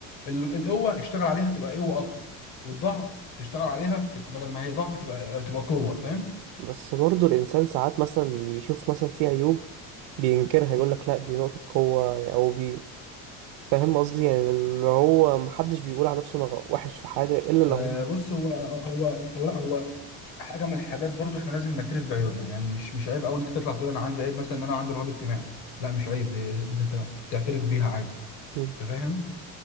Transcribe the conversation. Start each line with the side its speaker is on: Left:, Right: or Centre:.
Left: ال- القوه اشتغل عليها تبقى قوه اكتر والضعف تشتغل عليها تبقى بدل ما هي ضعف تبقى تبقى قوه فاهم
Right: بس برضه الإنسان ساعات مثلا بيشوف مثلا في عيوب بينكرها يقول لك لأ دي نقطة قوة يعني أو بي فاهم قصدي يعني اللي هو محدش بيقول على نفسه أنا وحش في حاجة إلا لو
Left: آه بص هو هو هو لا هو حاجه من الحاجات برضو احنا لازم نعترف بعيوبنا يعني مش مش عيب قوي ان انت تطلع تقول انا عندي عيب مثلا ان انا عندي رهاب اجتماعي لا مش عيب دي, دي انت تعترف بيها عادي
Right: هو
Left: انت فاهم